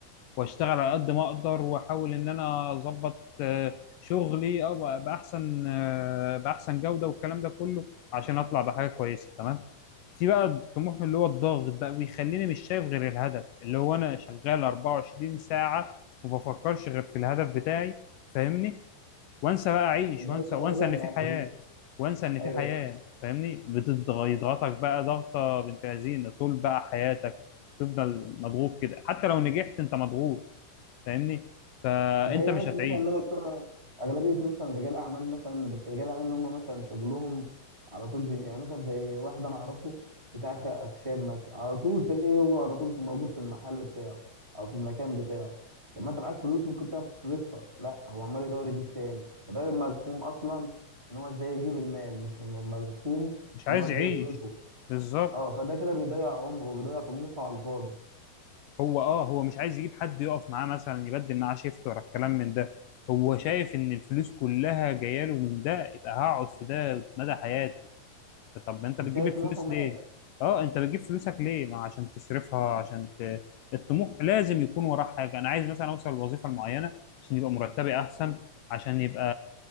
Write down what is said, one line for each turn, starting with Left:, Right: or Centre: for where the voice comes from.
Left: واشتغل على قد ما اقدر واحاول ان انا اظبط آه، شغلي او باحسن آه، باحسن جودة والكلام ده كله عشان اطلع بحاجة كويسة تمام في بقى الطموح اللي هو الضاغط بقى بيخليني مش شايف غير الهدف اللي هو انا شغال 24 ساعة وما بفكرش غير في الهدف بتاعي فاهمني وانسى بقى اعيش
Right: ازاي
Left: وانسى
Right: تقريبا
Left: وانسى ان
Right: أنا-
Left: في حياه وانسى ان
Right: ايوه
Left: في حياه فاهمني بتضغطك بقى ضغطه بنت لذينه طول بقى حياتك تفضل مضغوط كده حتى لو نجحت انت مضغوط فاهمني فانت
Right: زي ناس
Left: مش هتعيش
Right: مثلا اللي هم بتوع اغلبيه مثلا رجال اعمال مثلا بس رجال اعمال اللي هم مثلا شغلهم على طول بي... يعني مثلا زي واحد انا اعرفه بتاع خ- اخشاب مثلا على طول تلاقيه هو على طول في موجود في المحل بتاعه او في المكان بتاعه طب ما انت معاك فلوس ممكن تعرف تصرفها لا هو عمال يدور يجيب تاني فده ملخوم اصلا ان هو ازاي يجيب المال مش م- ملخوم
Left: مش عايز
Right: ان هو ازاي
Left: يعيش
Right: يصرفه
Left: بالظبط
Right: اه فده كده بيضيع عمره وبيضيع طموحه على الفاضي
Left: هو اه هو مش عايز يجيب حد يقف معاه مثلا يبدل معاه شيفت ولا الكلام من ده هو شايف ان الفلوس كلها جايه له من ده يبقى هقعد في ده مدى حياتي طب انت بتجيب
Right: كان
Left: الفلوس
Right: طموحه مات
Left: ليه اه انت بتجيب فلوسك ليه ما عشان تصرفها عشان ت... الطموح لازم يكون وراه حاجه انا عايز مثلا اوصل لوظيفه معينه عشان يبقى مرتبي احسن عشان يبقى